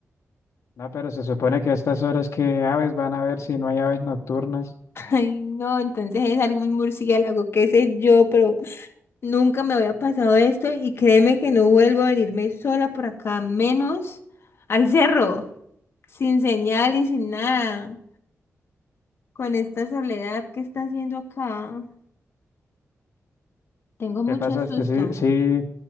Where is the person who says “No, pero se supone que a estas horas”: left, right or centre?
Left